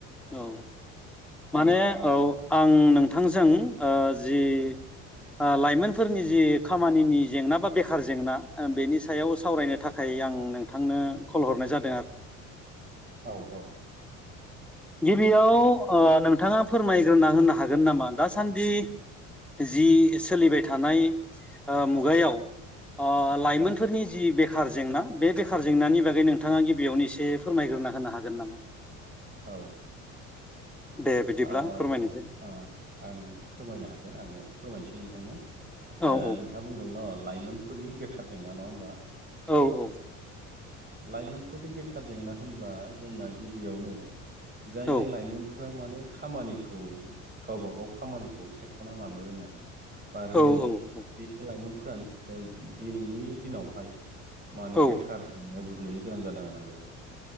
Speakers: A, in the centre; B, on the right (about 25°).
A: औ औ माने
B: दं
A: औ आं नोंथांजों ओ जि ओ लाइमोनफोरनि जि खामानिनि जेंना बा बेखार जेंना ओ बेनि सायाव सावरायनो थाखाय आं नोंथांनो कल हरनाय जाद
B: औ औ
A: गिबियाव ओ नोंथाङा फोरमायग्रोना होनो हागोन नाम मा दासान्दि जि सोलिबाय थानाय ओ मुगायाव ओ लाइमोनफोरनि
B: औ
A: जि बेखार जेंना बे बेखार जेंनानि बागै नों थाङा गिबियावनो एसे फोरमायग्रोना होनो हागोन नामा?
B: औ
A: दे बिदिब्ला
B: आ
A: फोरमायनोसै
B: आ आं फोरमायनो हागोन आङो फोरमायनोसै नोंथांनो
A: औ
B: ओ
A: औ
B: नोंथाङा बुंदों न' लाइमोनफोरनि बेखार जेंना नङा होम बा
A: औ औ
B: लाइमोनफोरनि बेखार जेंना होनब्ला जोंना गिबियावनो जाय
A: औ
B: जाय लाइमोनफो रा माने खामानिखौ गावबा गाव खामानिखौ सायख'ना लानो रोङा। बा रोङै
A: औ औ
B: बे लाइमोनफोरानो ओ दिनैनि दिनावहाय मानो
A: औ
B: बेखार याव गोग्लैनो गोनां जादों आरो जेनेबा